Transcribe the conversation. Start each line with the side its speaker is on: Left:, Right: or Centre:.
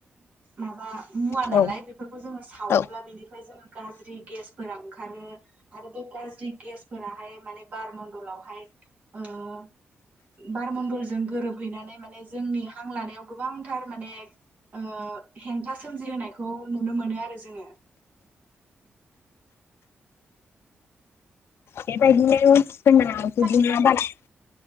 Right: माबा मुवा
Left: औ
Right: नालाय बेफोरखौ जोङो सावोब्ला
Left: औ
Right: बेनिफ्राय जोङो गाज्रि गेसफोरा ओंखारो आरो बे गाज्रि गेसफोराहाय माने बार मण्डलावहाय ओ बार मण्डलजों गोरोबहैनानै माने जोंनि हां लानायाव गोबांथार माने ओ हेंथा सोमजिहोनायखौ नुनो मोनो आरो जोङो।
Left: बेबायदिनो जोंना बिदुङा
Right: खोनादोंना नोंथां?
Left: बारा <unintelligible>